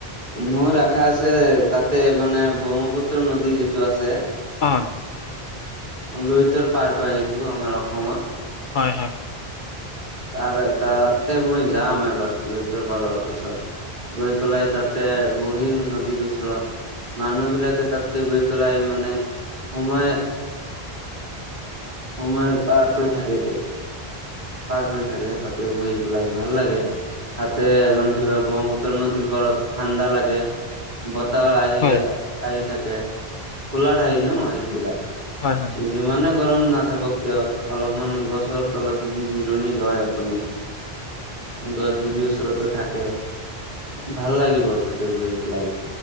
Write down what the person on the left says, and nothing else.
হয়।
হয় হয়।
হয়
হয়